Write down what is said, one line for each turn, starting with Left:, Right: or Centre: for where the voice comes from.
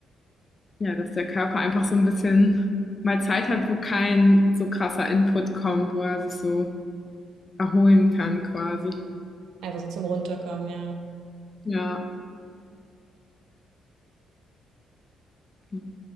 Left: Ja, dass der Körper einfach so ein bisschen mal Zeit hat, wo kein so krasser Input kommt, wo er sich so erholen kann quasi.
Right: Einfach so zum Runterkommen, ja.
Left: Ja. Mhm.